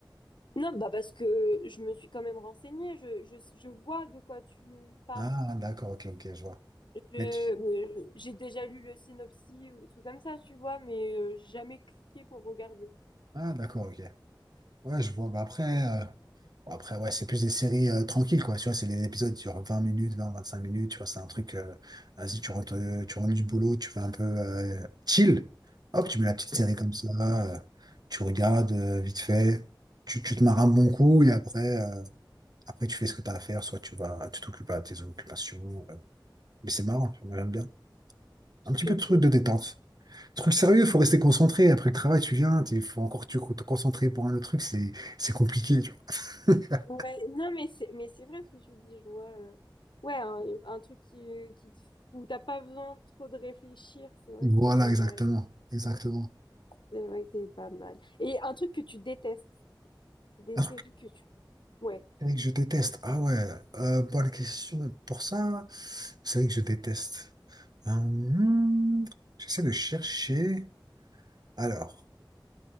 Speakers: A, on the left; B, on the right.
A: Non, bah parce que je me suis quand même renseignée. Je, je, je vois de quoi tu me parles.
B: Ah d'accord, ok, ok, je vois.
A: Je,
B: Mais tu-
A: euh, j'ai déjà lu le synopsis ou des trucs comme ça, tu vois, mais euh, j'ai jamais cliqué pour regarder.
B: Ah d'accord, ok. Ouais, je vois. Bah après, euh, bon, après ouais, c'est plus des séries euh, tranquilles, quoi. Tu vois, c'est des épisodes sur 20 minutes, vingt vingt-cinq minutes, tu vois, c'est un truc. euh, Vas-y, tu rentres, euh, tu rentres du boulot, tu fais un peu euh, chill. Hop, tu mets la petite série comme ça, euh, tu regardes euh, vite fait, tu, tu te marres un bon coup et après, euh, après tu fais ce que t'as à faire, soit tu vas tu t'occupes à tes occupations. euh, Mais c'est marrant, tu vois, j'aime bien. Un petit
A: Ouais.
B: peu de truc de détente. Truc sérieux, faut rester concentré. Après le travail, tu viens, il faut encore tu- te concentrer pour un autre truc, c'est c'est compliqué, tu vois.
A: Ouais,
B: <laughs>
A: non, mais c'est mais c'est vrai ce que tu dis, je vois. euh, Ouais, un, un truc qui, qui te- où t'as pas besoin trop de réfléchir, c'est vrai
B: Voilà,
A: que c'est pas
B: exactement.
A: mal.
B: Exactement.
A: C'est vrai que c'est pas mal. Et un truc que tu détestes, des
B: Un
A: séries
B: truc
A: que tu. Ouais.
B: série que je déteste. Ah ouais, euh, bonne question. Pour ça, c'est vrai que je déteste. Euh, hmm, j'essaie de chercher. Alors,